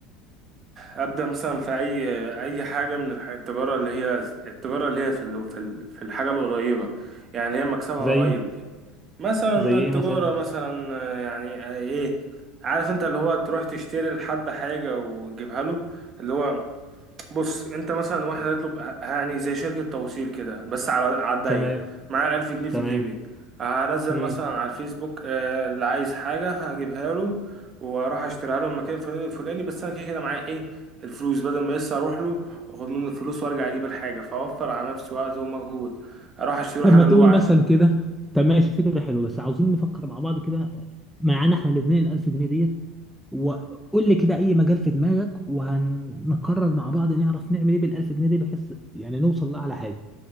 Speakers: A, on the right; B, in the centre.
A: ابدا مثلا في اي اي حاجه من الح- التجاره اللي هي التجاره اللي هي في ال- في ال- في الحاجه القريبه يعني اللي هي مكسبها
B: زي
A: قريب دي مثلا
B: زي
A: التجاره
B: ايه مثلا
A: مثلا آه، يعني آه، ايه عارف انت اللي هو تروح تشتري لحد حاجه وتجيبها له اللي هو بص انت مثلا واحد هيطلب ه- يعني زي شركة توصيل كده بس على على الضيق
B: تمام
A: معايا الألف جنيه في
B: تمام
A: جيبي هنزل
B: امم
A: مثلا على الفيسبوك آه، اللي عايز حاجة هجيبها له وأروح أشتريها له من مكان فلاني الفلاني بس أنا كده كده معايا إيه الفلوس بدل ما لسه أروح له وأخد منه الفلوس وأرجع أجيب الحاجة فأوفر على نفسي وقت ومجهود أروح أشتري له
B: طب
A: حاجة
B: ما تقول
A: اللي هو عايزها
B: مثلا كده طب ماشي فكره حلوه بس عاوزين نفكر مع بعض كده معانا احنا الاثنين 1000 جنيه ديت وقول لي كده اي مجال في دماغك وهنقرر مع بعض نعرف نعمل ايه بالالف جنيه دي بحيث يعني نوصل لاعلى حاجه